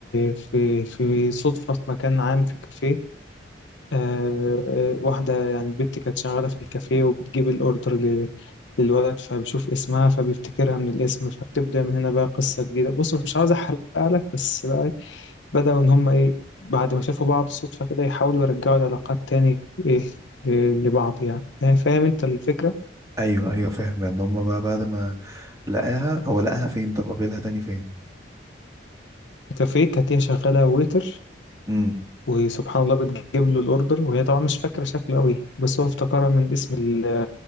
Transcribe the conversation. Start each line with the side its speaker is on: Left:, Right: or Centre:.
Left: في في صدفة في مكان عام في كافيه آه آه، واحدة يعني البت كانت شغالة في الكافيه وبتجيب الأوردر ل- للولد فبيشوف اسمها فبيفتكرها من الاسم فبتبدأ من هنا بقى قصة جديدة بص مش عاوز أحرقها لك بس بقى بدأوا إن هم إيه بعد ما شافوا بعض صدفة كده يحاولوا يرجعوا العلاقات تاني إيه ل- لبعض يعني فا- فاهم أنت الفكرة؟
Right: ايوه ايوه فاهم يعني هما بقى بعد ما لقاها هو لقاها فين طب قابلها تاني فين
Left: كافيه كانت هي شغالة ويتر
Right: مم.
Left: وسبحان الله بتجيب له الأوردر وهي طبعا مش فاكرة شكله أوي بس هو افتكرها من اسم ال-